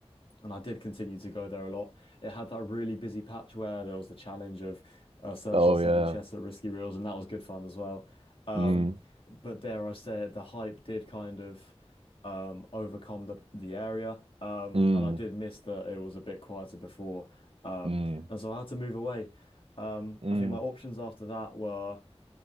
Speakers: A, on the left; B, on the right.
A: And I did continue to go there a lot. It had that really busy patch where there was the challenge of uh, searching
B: oh
A: seven
B: yeah
A: chests at Risky Reels, and that was good fun as well. Um,
B: mm,
A: but dare I say it, the hype did kind of um, overcome the the area, um,
B: mm,
A: and I did miss that it was a bit quieter before, um,
B: mm,
A: and so I had to move away. Um,
B: mm,
A: I think my options after that were